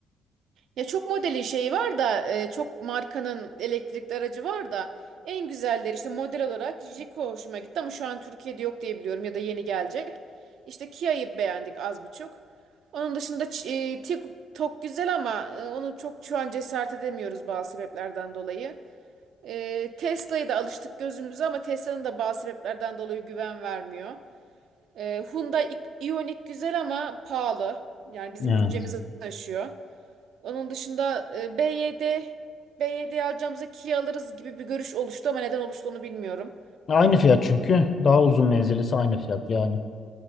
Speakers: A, on the right (about 75°); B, on the left (about 45°).
A: Ya çok modelin şeyi var da e, çok markanın elektrikli aracı var da en güzelleri işte model olarak Jiko hoşuma gitti ama şu an Türkiye'de yok diye biliyorum ya da yeni gelecek. İşte Kia'yı beğendik az buçuk. Onun dışında Ç- e, TikTok güzel ama e, onu çok şu an cesaret edemiyoruz bazı sebeplerden dolayı. E, Tesla'ya da alıştık gözümüze ama Tesla'nın da bazı sebeplerden dolayı güven vermiyor. E, Hyundai Ioniq güzel ama pahalı. Yani bizim
B: Evet.
A: bütçemizi aşıyor. Onun dışında e, BYD, BYD alacağımıza Kia alırız gibi bir görüş oluştu ama neden oluştu onu bilmiyorum.
B: Aynı fiyat çünkü. Daha uzun menzilisi aynı fiyat yani.